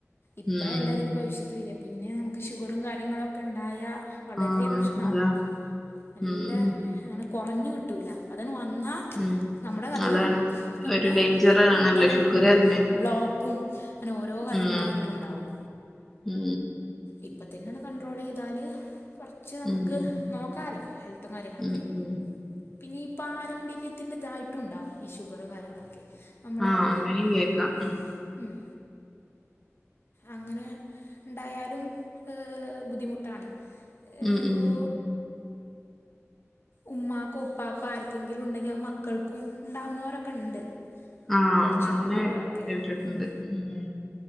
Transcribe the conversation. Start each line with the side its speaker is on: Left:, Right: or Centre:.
Left: ഇപ്പോഴല്ല
Centre: ഉം.
Left: അതിന്റെ ഭവിശത്ത് വെര പിന്നെ നമുക്ക് ഷുഗറും കാര്യങ്ങളൊക്കെ ഇണ്ടായ വളരെ
Centre: ആ
Left: പ്രശ്ണാവും
Centre: അതാ
Left: നല്ല
Centre: ഉം.
Left: അങ്ങനെ കൊറഞ് കിട്ടൂല്ല അതാണ് വന്നാ
Centre: ഉം.
Left: നമ്മുടെ കഥ
Centre: അതാണ്
Left: കഴിഞ്ഞു പിന്നെ
Centre: ഒരു ഡേഞ്ചർ ആണല്ലോ
Left: അങ്ങനെ
Centre: ഷുഗർ അറിയുന്നെ
Left: ബ്ലോക്കും. ങ്ങനെ ഓരോ കാര്യങ്ങളായിട്ടും
Centre: ഉം.
Left: ഉണ്ടാവും.
Centre: ഉം.
Left: ഇപ്പ തന്നെ ഒന്ന് കൺണ്ട്രോളയ്താല് കൊർച് നമുക്ക്
Centre: ഉം.
Left: നോക്കാലോ ഹെൽത്തും കാര്യങ്ങളൊക്കെ.
Centre: ഉം. ഉം.
Left: പിന്നെ ഈ പാരമ്പര്യത്തിന്റെതായിട്ടുണ്ടാവും ഈ ഷുഗറും കാര്യങ്ങളൊക്കെ. അമ്മളെ
Centre: ആ അങ്ങനെയും കേക്കാം
Left: ഉം ഉം. അങ്ങനെ ഇണ്ടായാലും ഏഹ് ബുദ്ധിമുട്ടാണ്. ഏഹ്
Centre: ഉം. ഉം.
Left: പ്പോ. ഉമ്മാക്കോ ഉപ്പക്കോ ആർക്കെങ്കിലു ഉണ്ടെങ്കിൽ അഹ് മക്കൾക്കും ഉണ്ടാവുന്നൊരൊക്കെ ണ്ട്‌.
Centre: ആ
Left: കൊർച്
Centre: അങ്ങനെ
Left: ആള്കളൊക്കെ
Centre: കേട്ടിട്ടുണ്ട്
Left: ഉം.
Centre: ഉം.